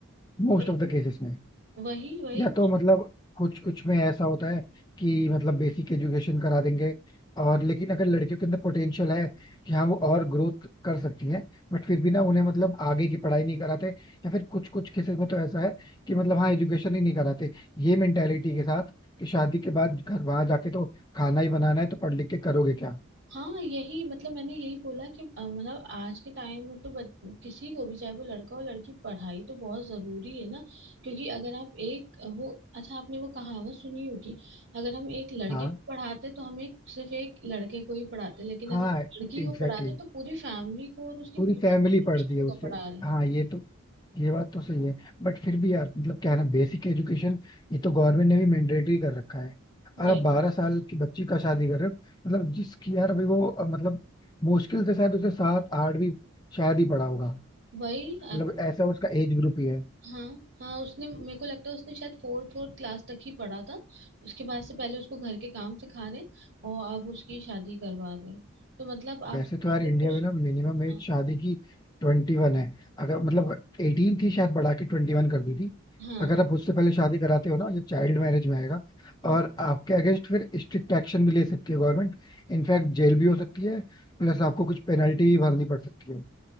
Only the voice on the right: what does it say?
वही
वही वही
हाँ यही मतलब मैंने यही बोला कि अ, मतलब आज के टाइम में तो बच, किसी को भी चाहे वो लड़का हो लड़की पढ़ाई तो बहुत जरूरी है ना क्योंकि अगर आप एक वो अच्छा आपने वो कहावत सुनी होगी अगर हम एक लड़के
को पढ़ाते तो हम एक सिर्फ एक लड़के को ही पढ़ाते लेकिन
अगर
लड़की को पढ़ाते
तो पूरी फैमिली को और उसकी
फ्यूचर
जनरेशन
को पढ़ा रहे हैं
वही
वही
हाँ हाँ उसने मेरे को लगता है उसने शायद फोर्थ फोर्थ क्लास तक ही पढ़ा था उसके बाद से पहले उसको घर के काम सिखा रहे और अब उसकी शादी करवा रहे तो मतलब आप
समझ
लो कि उस-
हाँ
हाँ,
हम्म,